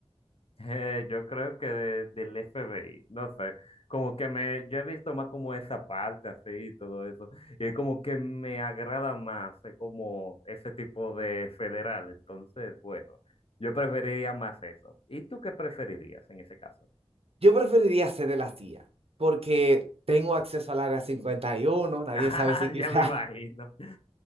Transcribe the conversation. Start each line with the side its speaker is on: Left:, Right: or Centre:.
Left: Eh, yo creo que de- del FBI, no sé, como que me, yo he visto más como esa parte así y todo eso, y es como que me agrada más eh, como ese tipo de federal, entonces, bueno, yo preferiría más eso. ¿Y tú qué preferirías en ese caso? <laughs>
Right: Yo preferiría ser de la CIA, porque tengo acceso al área cincuenta y uno nadie
Left: Ah,
Right: sabe si quizás...
Left: ya me imagino.